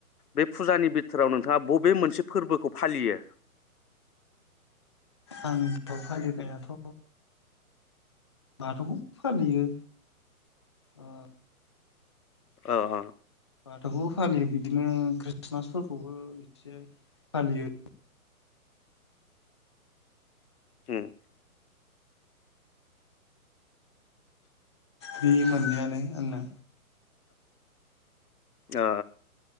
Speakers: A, on the left; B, on the left.
A: बे फुजानि बिथोराव नोंथाङा बबे मोनसे फोरबोखौ फालियो
B: आंथ' फालिनायाथ' बाथौखौ फालियो अ
A: औ औ
B: बाथौखौबो फालियो बिदिनो ख्रिस्टमासफोरखौबो एसे फालियो
A: उम
B: बे मोननैयानो आंना
A: ओ